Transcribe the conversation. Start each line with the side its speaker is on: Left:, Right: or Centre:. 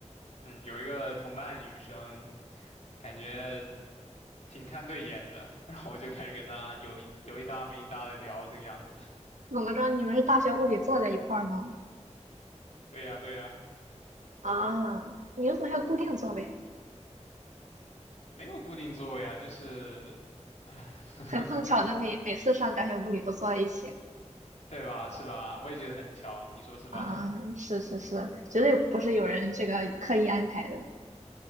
Left: 嗯，有一个同班的女生，感觉挺看对眼的，然后我就开始跟她有一有一搭没一搭的聊这个样子，
Right: 怎么着，你们是大学物理坐在一块儿吗？
Left: 对呀对呀，
Right: 啊，你们怎么还有固定座位啊
Left: 嗯，没有固定座位啊，就是，唉 <laughs>
Right: 很碰巧的每，每次上大学物理都坐在一起。
Left: 对吧？是吧？我也觉得很巧，你说是吧？
Right: 啊，是是是，绝对不是有人这个刻意安排的。